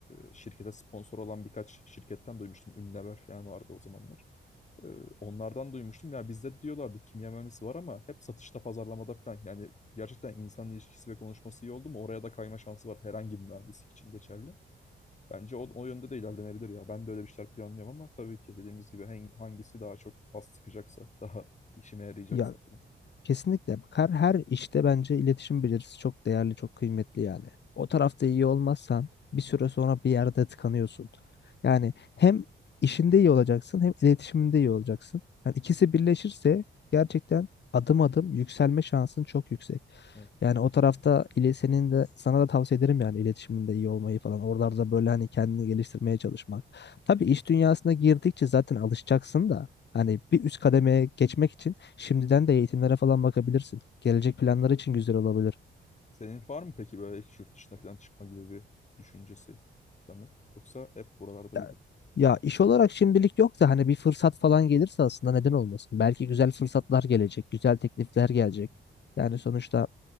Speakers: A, on the left; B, on the left.
A: e, şirkete sponsor olan birkaç şirketten duymuştum. Unilever falan vardı o zamanlar. E, onlardan duymuştum. Ya bizde diyorlardı kimya mühendisi var ama hep satışta pazarlamada falan. Yani gerçekten insan ilişkisi ve konuşması iyi oldu mu oraya da kayma şansı var herhangi bir mühendislik için geçerli. Bence o, o yönde de ilerlenebilir ya. Ben de öyle bir şeyler planlıyorum ama tabii ki dediğimiz gibi hang- hangisi daha çok az sıkacaksa, daha işime yarayacaksa.
B: ya Kesinlikle. Bak her, her işte bence iletişim becerisi çok değerli, çok kıymetli yani. O tarafta iyi olmazsan bir süre sonra bir yerde tıkanıyorsun. Yani hem işinde iyi olacaksın hem iletişiminde iyi olacaksın. Yani ikisi birleşirse gerçekten adım adım yükselme şansın çok yüksek.
A: Evet.
B: Yani o tarafta ile senin de sana da tavsiye ederim yani iletişiminde iyi olmayı falan. Oralarda böyle hani kendini geliştirmeye çalışmak. Tabii iş dünyasına girdikçe zaten alışacaksın da hani bir üst kademeye geçmek için Şimdiden de eğitimlere falan bakabilirsin. Gelecek planları için güzel olabilir.
A: Senin var mı peki böyle hiç yurt dışına falan çıkma gibi bir düşüncesi, planı? Yoksa hep buralarda
B: Ya,
A: gibi?
B: ya iş olarak şimdilik yok da hani bir fırsat falan gelirse aslında neden olmasın? Belki güzel fırsatlar gelecek, güzel teklifler gelecek. Yani sonuçta